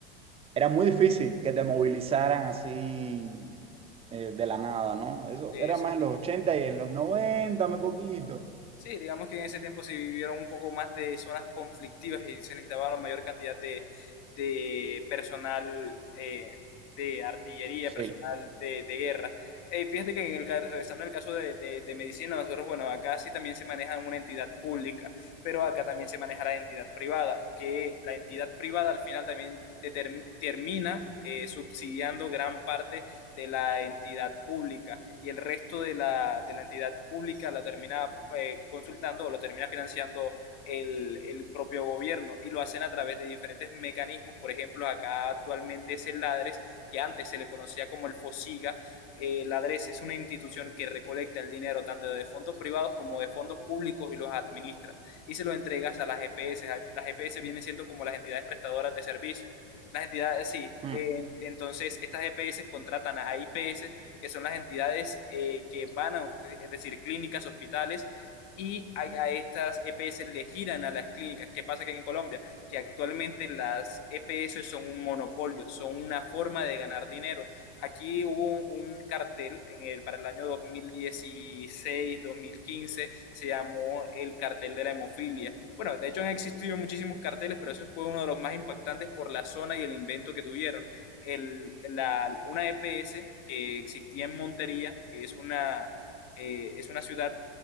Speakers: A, on the right (about 20°); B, on the left (about 50°).
A: era muy difícil que te movilizaran así eh, de la nada, ¿no? Eso
B: es
A: era más
B: eh,
A: en los 80 y en los noventa muy poquito.
B: Sí, digamos que en ese tiempo se vivieron un poco más de zonas conflictivas y se necesitaba la mayor cantidad de, de personal eh, de artillería,
A: Sí.
B: personal de, de guerra. Eh, fíjate que en el, ca- regresando al caso de, de- de medicina, nosotros, bueno, acá sí también se maneja una entidad pública, pero acá también se maneja la entidad privada, que la entidad privada al final también determ- termina eh, subsidiando gran parte de la entidad pública y el resto de la, de la entidad pública la termina eh, consultando o lo termina financiando el, el, propio gobierno y lo hacen a través de diferentes mecanismos. Por ejemplo, acá actualmente es el LADRES, que antes se le conocía como el FOSIGA. Eh, LADRES es una institución que recolecta el dinero tanto de fondos privados como de fondos públicos y los administras y se lo entregas a las EPS. Las EPS vienen siendo como las entidades prestadoras de servicios las entidades, sí.
A: Mm.
B: eh, entonces, estas EPS contratan a IPS, que son las entidades eh, que van a, es decir, clínicas, hospitales, y a, a estas EPS le giran a las clínicas. ¿Qué pasa que en Colombia? Que actualmente las EPS son un monopolio, son una forma de ganar dinero. Aquí hubo un, un cartel en el, para el año 2016-2015, se llamó el cartel de la hemofilia. Bueno, de hecho han existido muchísimos carteles, pero ese fue uno de los más impactantes por la zona y el invento que tuvieron. El, la, una EPS que existía en Montería, que es una, eh, es una ciudad